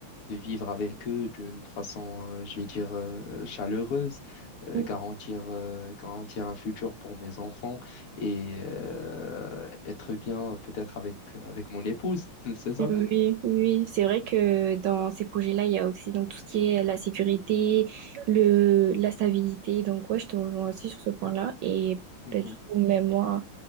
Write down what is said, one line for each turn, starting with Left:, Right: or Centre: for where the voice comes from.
Left: de vivre avec eux d'une façon, euh, je vais dire, euh, chaleureuse, euh,
Right: Donc,
Left: garantir, euh, garantir un futur pour mes enfants et euh, être bien peut-être avec, avec mon épouse, <laughs> c'est ça?
Right: euh, Oui, oui, c'est vrai que dans ces projets-là, il y a aussi donc tout ce qui est la sécurité, le, la stabilité. Donc ouais, je te rejoins aussi sur ce point-là. Et
Left: Mhm.
Right: ben, du coup, même moi,